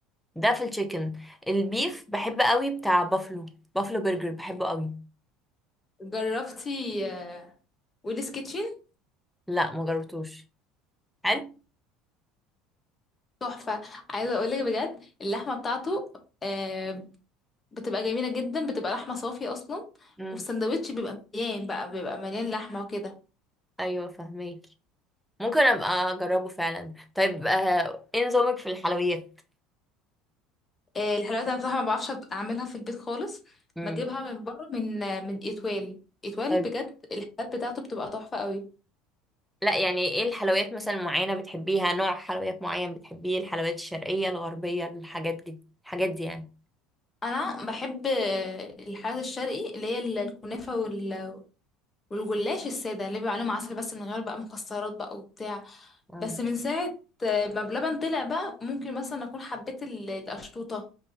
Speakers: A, in the centre; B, on the left (about 20°).
A: ده في التشيكن البيف بحب قوي بتاع بافلو بافلو برجر بحبه قوي
B: جربتي آه، ويلز كيتشن
A: لا ما جربتوش حلو
B: تحفة عايزة أقولك بجد اللحمة بتاعته آه، بتبقى جميلة جدا بتبقى لحمة صافية أصلا
A: امم
B: والسندوتش بيبقى مليان بقى بيبقى مليان لحمة وكده
A: ايوه فهماكي ممكن ابقى اجربه فعلا طيب آه، ايه نظامك في الحلويات
B: آه، الحلاوة أنا بصراحة ما بعرفش أعملها في البيت خالص
A: امم
B: بجيبها من بره من آه، من إتوال إتوال
A: طيب
B: بجد الحلويات بتاعته بتبقى تحفة قوي
A: لا يعني ايه الحلويات مثلا معينة بتحبيها نوع حلويات معين بتحبيه الحلويات الشرقية الغربية الحاجات دي الحاجات دي يعني
B: أنا بحب آه، الحلويات الشرقي اللي هي ال- الكنافة وال- والجلاش الساده اللي بيبقى عليه عسل بس من غير بقى مكسرات بقى وبتاع
A: مم.
B: بس من ساعه آه، ما بلبن طلع بقى ممكن مثلا اكون حبيت ال- القشطوطه